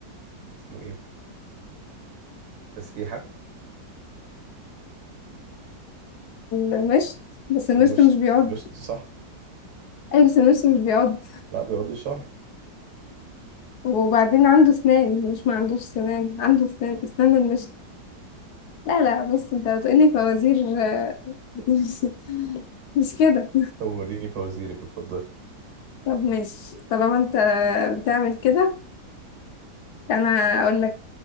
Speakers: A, on the right; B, on the left.
A: اسمه ايه تسريحة
B: المشط بس
A: مش
B: المشط مش بيقعد
A: مش صح
B: أي بس المشط مش بيقعد
A: لا بيقعد الشهر
B: وبعدين عنده سنان مش ما عندوش سنان عنده سنان اسنان المشط لا لا بص انت بتقولي فوازير آه، <laughs> مش مش كده
A: طب وريني فوازيرك اتفضلي
B: طب ماشي طالما انت بتعمل كده انا اقول لك